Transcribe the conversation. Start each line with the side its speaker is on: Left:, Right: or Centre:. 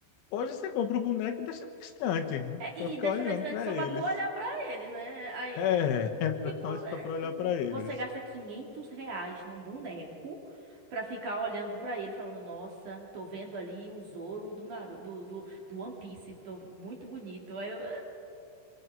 Left: hoje você compra o boneco e deixa bastante
Right: E,
Left: para ficar
Right: e deixa
Left: olhando
Right: na estante
Left: para
Right: só
Left: eles.
Right: pra tu olhar pra eles, né? Aí,
Left: É,
Right: é,
Left: <laughs> é
Right: tipo, é,
Left: para olhar para eles.
Right: você gasta 500 reais num boneco pra ficar olhando pra ele, falando: Nossa, tô vendo ali o Zoro do, Naru do, do, do One Piece, tô muito bonito. Aí eu.